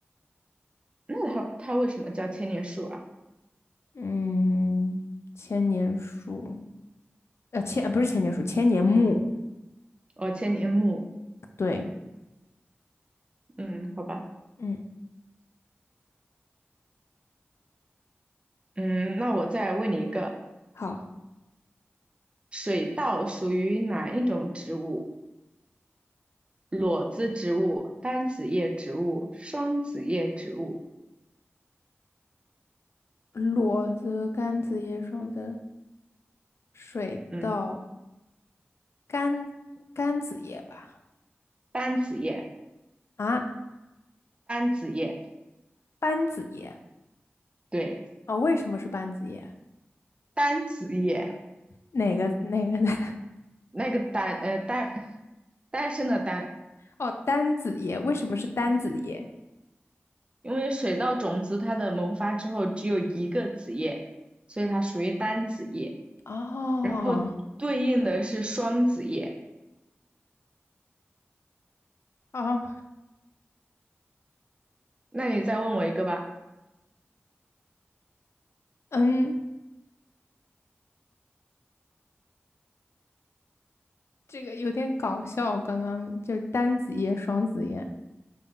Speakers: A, on the right; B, on the left.
A: 那它它为什么叫千年树啊？
B: 嗯，千年树，呃，千呃不是千年树，千年木。
A: 哦，千年木，
B: 对，
A: 嗯，好吧，
B: 嗯，
A: 嗯，那我再问你一个，
B: 好，
A: 水稻属于哪一种植物？裸子植物、单子叶植物、双子叶植物，
B: 裸子、柑子叶、双子、水稻、
A: 嗯，
B: 柑柑子叶吧。
A: 单子叶，
B: 啊，
A: 单子叶，
B: 班子叶
A: 对，
B: 哦，为什么是班子叶？
A: 单子叶，
B: 哪个哪个 <laughs>
A: 那个单，呃，单，单身的单，
B: 哦，单子叶，为什么是单子叶？
A: 因为水稻种子它的萌发之后只有一个子叶，所以它属于单子叶，
B: 哦
A: 然后对应的是双子叶。
B: 哦，
A: 那你再问我一个吧，
B: 嗯，这个有点搞笑。刚刚就是单子叶、双子叶。